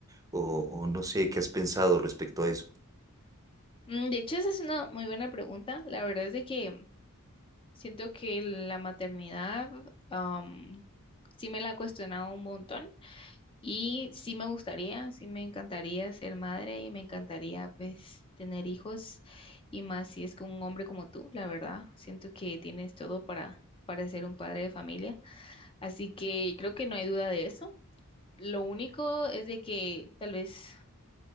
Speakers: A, on the right; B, on the left.
A: o, o no sé, ¿qué has pensado respecto a eso?
B: Mm, De hecho, esa es una muy buena pregunta. La verdad es de que siento que la maternidad am, sí me la he cuestionado un montón y sí me gustaría, sí me encantaría ser madre y me encantaría pues tener hijos y más si es con un hombre como tú, la verdad. Siento que tienes todo para, para ser un padre de familia. Así que creo que no hay duda de eso. Lo único es de que tal vez